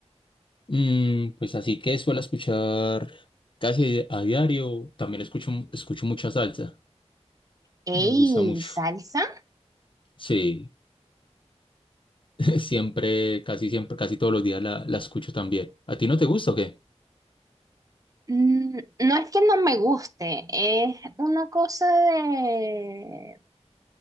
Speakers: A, on the left; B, on the right.
A: Mm, pues así que suelo escuchar casi a diario. También escucho, escucho mucha salsa,
B: ¡Ey,
A: me gusta mucho.
B: salsa!
A: Sí. <laughs> Siempre, casi siempre, casi todos los días la, la escucho también. ¿A ti no te gusta o qué?
B: Mm, No es que no me guste, es una cosa de...